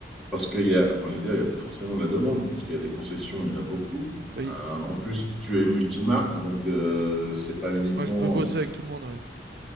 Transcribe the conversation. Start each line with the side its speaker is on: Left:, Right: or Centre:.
Centre: Parce qu'il y a, enfin, je veux dire, il y a forcément de la demande, puisqu'il y a des concessions, il y en a beaucoup.
Right: Oui,
Centre: Euh, en plus, tu es multimarque, donc euh, c'est pas uniquement.
Right: Moi, je peux bosser avec tout le monde, ouais.